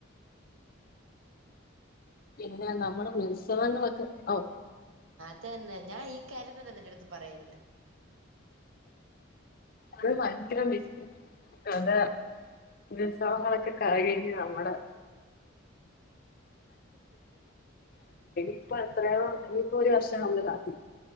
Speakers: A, on the right; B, on the left.
A: ഉം
B: പിന്നെ നമ്മള് ഉത്സവങ്ങൾക്ക് ഓ
A: അതു തന്നെ ഞാൻ ഈ കാര്യം തന്നെ നിന്റെ എടുത്ത് പറയാനിരുന്നേ.
B: അത് ഭയങ്കര മിസ് അതാ ഉത്സവങ്ങളൊക്കെ കഴിഞ്ഞു നമ്മള് ഇപ്പൊ എത്രയോ ഇപ്പൊ ഒരു വർഷം നമ്മള് കാണും.